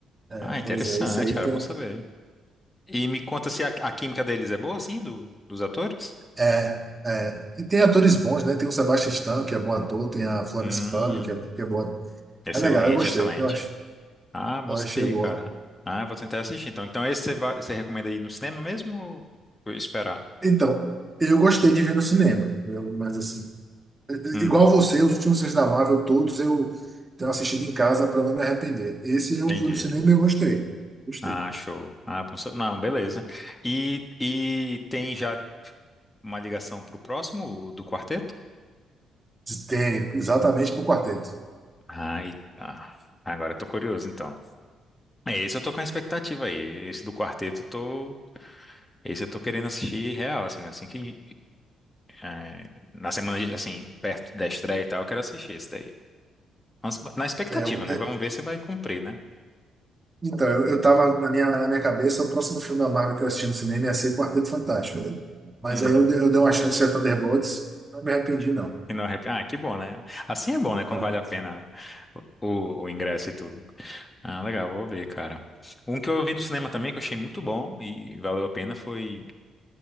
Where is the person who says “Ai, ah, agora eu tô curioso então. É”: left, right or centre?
Left